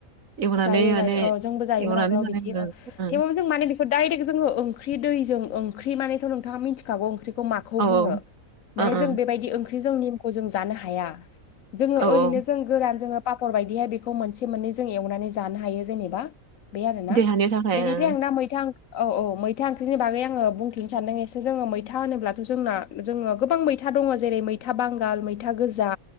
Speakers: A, on the right; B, on the left.
A: एवनानै
B: जायो
A: माने
B: जायो अ जोंबो जायोमोन
A: एवनानै
B: आगोलाव
A: जानाय
B: बिदि
A: नुदों
B: ओ
A: ओं
B: थेवबो जों माने डाइरेक्ट जोङो ओंख्रि दैजों ओंख्रि मानेथ' नोंथाङा मिथिखागौ ओंख्रिखौ मा खौ
A: औ
B: बुङो
A: ओं
B: माने
A: ओं
B: जों बेबायदि ओंख्रिजों निमखौ जों जानो हाया। जोङो
A: औ
B: ओरैनो
A: औ
B: जों गोरान जोङो पापर बायदिहाय बेखौ मोनसे मोननै जों एवनानै जानो हायो जेनेबा। बे आरोना
A: देहानि थाखाय
B: बेनिफ्राय
A: ओ
B: आं दा मैथा ओं औ औ मैथा ओंख्रिनि बागै आङो बुंथिनो सानदों एसे जोङो मैथा होनोब्लाथ' जोंना जोङो गोबां मैथा दङ जेरै मैथा बांगाल मैथा गोजा